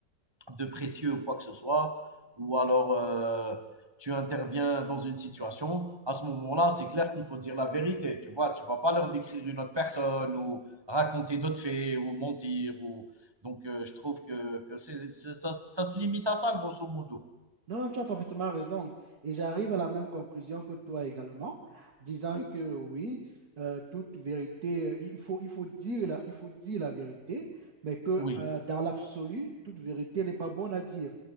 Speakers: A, on the right; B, on the right.
A: de précieux ou quoi que ce soit, ou alors euh, tu interviens dans une situation, à ce moment-là, c'est clair qu'il faut dire la vérité, tu vois. Tu vas pas leur décrire une autre personne ou raconter d'autres faits ou mentir ou donc euh, je trouve que, que c'est, c'est- ça, ça se limite à ça grosso modo.
B: Non, non, tu as parfaitement raison. Et j'arrive à la même conclusion que toi également, disant que oui, euh, toute vérité, euh, il faut, il faut dire la, il faut dire la vérité, mais que
A: Oui,
B: euh, dans l'absolu, toute vérité n'est pas bonne à dire.